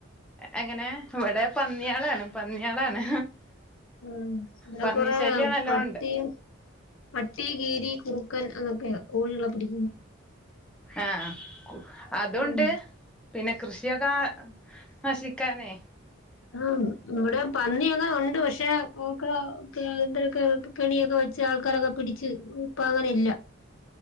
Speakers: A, in the centre; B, on the left.
A: എങ്ങനെ ഇവിടെ പന്നിയാളാണ് പന്നിയാളാണ്
B: ഉ ഇവിടെ
A: പന്നി
B: കുറെ
A: ശല്യം നല്ലോണ്ട്
B: പട്ടി പട്ടി കീരി കുറുക്കൻ അത് ഓക്കെയ കോഴികളെ പിടിക്കുണ്
A: ആഹ് അതുണ്ട്
B: ഉം
A: പിന്നെ കൃഷിയൊക്കെ നശിക്കാന്
B: ആ ഇവിടെ പന്നി അങ്ങനെ ഉണ്ട് പക്ഷെ ഒക്കെ ഒരാർതര് കെണിയൊക്കെ വെച്ച് ആൾക്കാരൊക്കെ പിടിച്ചു ഇപ്പ അങ്ങനെ ഇല്ല